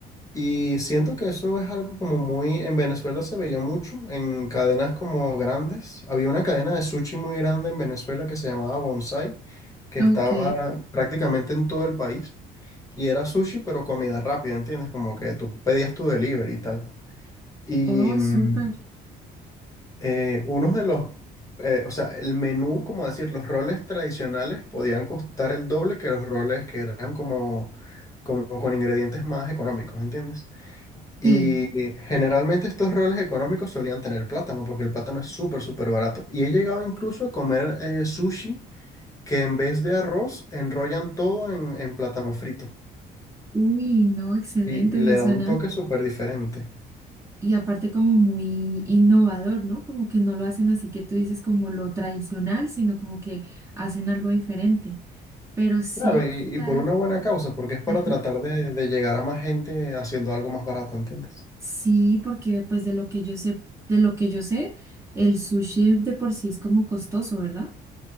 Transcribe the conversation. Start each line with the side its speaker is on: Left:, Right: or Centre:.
Left: y siento que eso es algo como muy, en Venezuela se veía mucho, en cadenas como grandes. Había una cadena de sushi muy grande en Venezuela que se llamaba Bonsai, que
Right: ok.
Left: estaba prácticamente en todo el país. Y era sushi, pero comida rápida, ¿entiendes? Como que tú pedías tu delivery y tal. Y
Right: Oh,
Left: mm,
Right: súper.
Left: eh, unos de los, eh, o sea, el menú, como decir, los roles tradicionales podían costar el doble que los roles que eran como, como con ingredientes más económicos, ¿entiendes? Y
Right: Sí.
Left: eh, generalmente estos roles económicos solían tener plátano, porque el plátano es súper, súper barato. Y he llegado incluso a comer eh, sushi que en vez de arroz enrollan todo en, en plátano frito.
Right: Uy, no, excelente,
Left: y, y
Right: eso
Left: le da
Right: suena.
Left: un toque súper diferente.
Right: Y aparte como muy innovador, ¿no? Como que no lo hacen así que tú dices como lo tradicional, sino como que hacen algo diferente. Pero sí,
Left: Claro, y,
Right: ah,
Left: y por una buena causa, porque es para
Right: ajá.
Left: tratar de, de llegar a más gente haciendo algo más barato, ¿entiendes?
Right: Sí, porque pues de lo que yo sé, de lo que yo sé, el sushi de por sí es como costoso, ¿verdad?